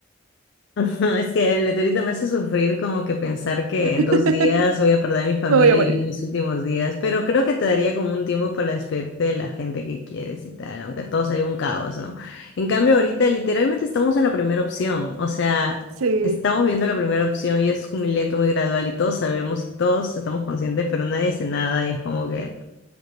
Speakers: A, on the left (about 55°); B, on the right (about 85°).
A: <laughs> es que el meteorito me hace sufrir como que pensar que
B: <laughs>
A: en dos días voy a perder a mi familia
B: Me voy a morir.
A: viviendo mis últimos días, pero creo que te daría como un tiempo para despedirte de la gente que quieres y tal, aunque todo sería un caos, ¿no? En cambio, ahorita literalmente estamos en la primera opción, o sea,
B: Sí,
A: estamos viendo la primera opción y es muy lento, muy gradual y todos sabemos y todos estamos conscientes, pero nadie hace nada y es como que,